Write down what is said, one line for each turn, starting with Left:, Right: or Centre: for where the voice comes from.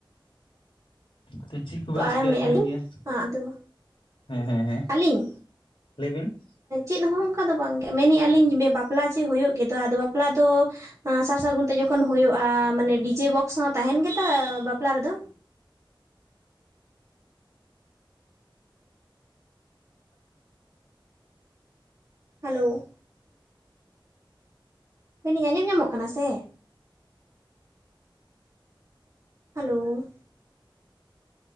Left: ᱛᱚ ᱪᱮᱫ ᱠᱚᱵᱮᱱ
Right: ᱯᱟᱨᱚᱢᱮᱜᱼᱟ
Left: ᱪᱤᱠᱟᱹᱭᱮᱫ ᱛᱟᱦᱮᱱ
Right: ᱞᱤᱧ
Left: ᱜᱮᱭᱟ?
Right: ᱟᱫᱚ
Left: ᱦᱮᱸ ᱦᱮᱸ ᱦᱮᱸ
Right: ᱟᱹᱞᱤᱧ
Left: ᱞᱟᱹᱭ ᱵᱮᱱ ᱾
Right: ᱪᱮᱫ ᱦᱚᱸ ᱚᱱᱠᱟ ᱫᱚ ᱵᱟᱝᱜᱮ ᱢᱮᱱᱮ-ᱟᱞᱤᱧ ᱵᱟᱯᱞᱟ ᱡᱮ ᱦᱩᱭᱩᱜ ᱜᱮᱫᱚ ᱟᱫᱚ ᱵᱟᱯᱞᱟ ᱫᱚ ᱟᱸ ᱥᱟᱨᱼᱥᱟᱹᱜᱩᱱ ᱛᱮ ᱡᱚᱠᱷᱚᱱ ᱦᱩᱭᱩᱜᱼᱟ ᱢᱟᱱᱮ ᱰᱤᱡᱮ ᱵᱚᱠᱥ ᱦᱚᱸ ᱛᱟᱦᱮᱱ ᱜᱮᱛᱟ ᱵᱟᱯᱞᱟ ᱨᱮᱫᱚ? ᱦᱮᱞᱳᱣ᱾ ᱢᱮᱱ ᱟᱹᱧ ᱟᱸᱡᱚᱢ ᱧᱟᱢᱚᱜ ᱠᱟᱱᱟ ᱥᱮ? Hello.